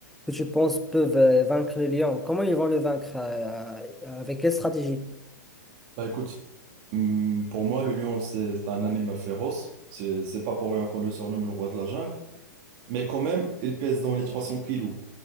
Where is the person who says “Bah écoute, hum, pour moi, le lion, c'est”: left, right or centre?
Right